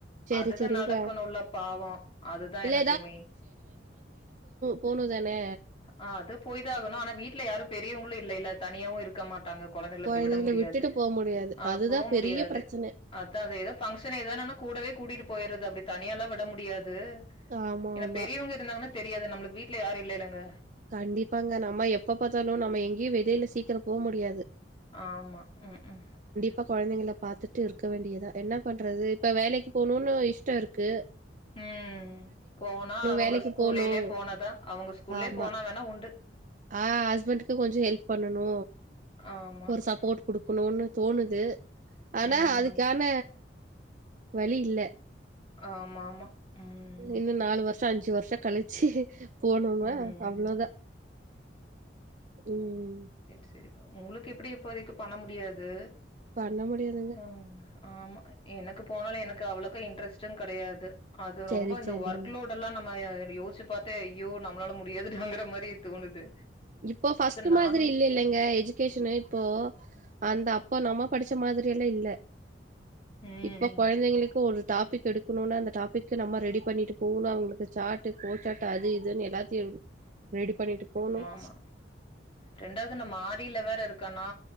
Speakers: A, on the right; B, on the left.
A: செரி
B: அதுக
A: செரிங்க
B: நடக்கணுல பாவோ அதுதா
A: இல்ல
B: எனக்கு மெயின்
A: போணும் தானே
B: ஆ அது போய்தான் ஆகணு ஆனா வீட்டுல யாரு பெரியவங்களும் இல்லைல தனியாவும் இருக்க மாட்டாங்க கொழந்தைங்
A: கொழந்தைங்கள
B: விட முடியாது
A: விட்டுட்டு போ முடியாது
B: ஆ
A: அதுதா
B: போ
A: பெரிய
B: முடியாது
A: பிரச்சன
B: அதான் அந்த ஏதோ ஃபங்க்ஷன் ஏதான்னானா கூடவே கூட்டிட்டு போய்டுறது அப்டி தனியால்லா விட முடியாது
A: ஆமா
B: ஏன்னா
A: ஆமா
B: பெரியவங்க இருந்தாங்கன்னா தெரியாது நம்மளுக்கு வீட்டுல யாரு இல்லைலங்க
A: கண்டிப்பாங்க நம்ம எப்ப பாத்தாலு நம்ம எங்கேயு வெளில சீக்கிரமா போ முடியாது
B: ஆமா ம் ம்
A: அப்ப கொழந்தைங்கள பாத்துட்டு இருக்க வேண்டியதா என்ன பண்றது இப்ப வேலக்கி போகணும்ன்னு இஷ்டோருக்கு
B: ம் போனா அவ்ங்க
A: வேலைக்கு
B: ஸ்கூல்லிலே
A: போணும்.
B: போன தா அவ்ங்க ஸ்கூலேயே
A: ஆமா.
B: போனா தான உண்டு
A: ஆ ஹஸ்பண்டுக்கு கொஞ்சோ ஹெல்ப் பண்ணணு
B: ஆமா.
A: ஒரு சப்போர்ட் குடுக்குணும்னு தோணுது ஆனா
B: ம்.
A: அதுக்கான வழி இல்ல
B: ஆமா ஆமா உம்
A: இன்னு நாலு வர்ஷோ அஞ்சு வர்ஷோ கழிச்சி போணுமா
B: ம்.
A: அவ்ளோதா ம்
B: செரி உங்களுக்கு எப்டி இப்போதைக்கு பண்ண முடியாது
A: பண்ண முடியாதுங்க
B: ம் ஆமா எனக்கு போனாலும் எனக்கு அவ்ளோக்கு இன்ட்ரஸ்ட்டும் கெடயாது அது
A: சரி,
B: ரொம்ப இந்த
A: சரிங்க.
B: ஒர்க் லோடு எல்லா நம்ம யோசிச்சு பாத்தே யோ நம்மளால முடியாதுடாங்குற மாதிரி தோணுது
A: இப்போ ஃபஸ்ட்டு
B: நானு
A: மாதிரி இல்லைலங்க எஜுகேஷனு இப்போ அந்த அப்போ நம்ம படிச்ச மாதிரியெல்லா இல்ல
B: ம்
A: இப்ப கொழந்தைங்களுக்கு ஒரு டாபிக் எடுக்கணுனா அந்த டாபிக்கு நம்ம ரெடி பண்ணிட்டு போவணு அவ்ங்களுக்கு சாட்டு கோ சாட்டு அது இதுன்னு எல்லாத்தையு ரெடி பண்ணிட்டு போணும்
B: ஆமா ரெண்டாவது நா மாடில வேற இருக்கனா